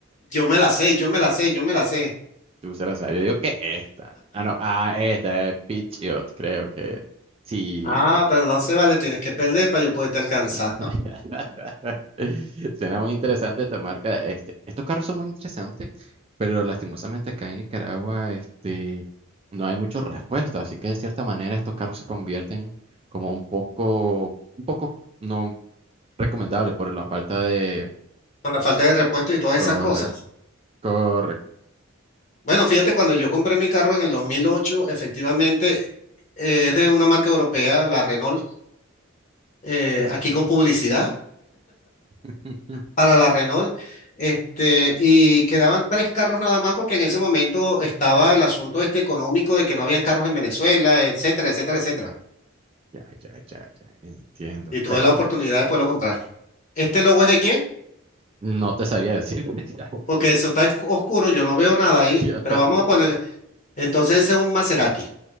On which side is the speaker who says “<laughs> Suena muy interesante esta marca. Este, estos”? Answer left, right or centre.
Right